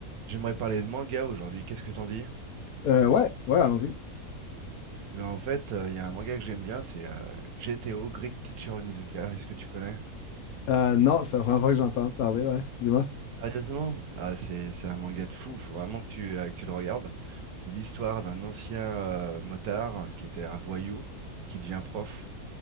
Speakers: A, on the right; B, on the left.
A: J'aimerais parler de manga aujourd'hui, qu'est-ce que t'en dis?
B: Euh, ouais, ouais, allons-y.
A: Eh bien en fait, euh, il y a un manga que j'aime bien, c'est euh, GTO, Great Teacher Onizuka, est-ce que tu connais?
B: Euh, non, c'est la première fois que j'entends parler, ouais. Dis-moi.
A: Sérieusement? Ah c'est c'est un manga de fou, faut vraiment que tu, euh, que tu le regardes. C'est l'histoire d'un ancien euh, motard qui était un voyou et qui devient prof.